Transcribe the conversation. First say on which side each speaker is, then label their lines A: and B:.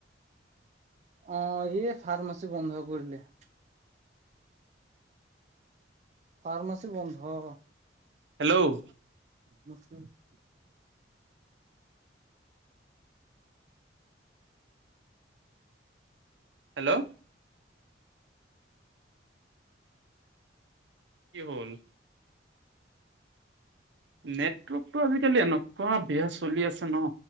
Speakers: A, on the right; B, on the right.
A: অঁ', এই ফাৰ্মাচী বন্ধ কৰি দিলে। ফাৰ্মাচী বন্ধ।
B: হেল্ল'ও-
A: মোক চো <unintelligible>
B: হেল্ল'ও- কি হ'ল? নেটৱৰ্কতটো আজিকালি এনকুৱা বেয়া চলি আছে ন।